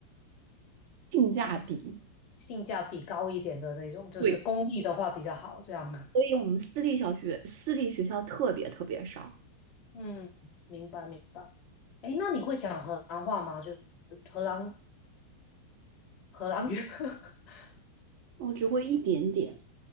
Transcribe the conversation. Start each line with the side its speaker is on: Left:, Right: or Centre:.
Right: 性价比，
Left: 性价比高一点的那种，就是公益的话比较好，
Right: 对，
Left: 这样的
Right: 所以我们私立小学、私立学校特别特别少，
Left: 嗯，明白明白。哎，那你会讲荷兰话吗？就是荷兰荷兰语。<laughs>
Right: 我只会一点点。